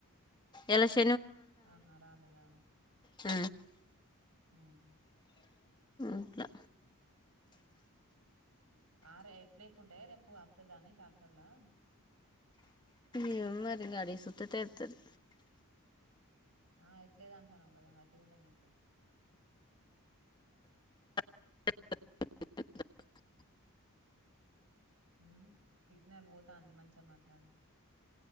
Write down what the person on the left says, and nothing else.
ఎలాచ్
ఉ
ఇట్లా
ఏ మరింగ అడి సట్తేే ఎతుది
అ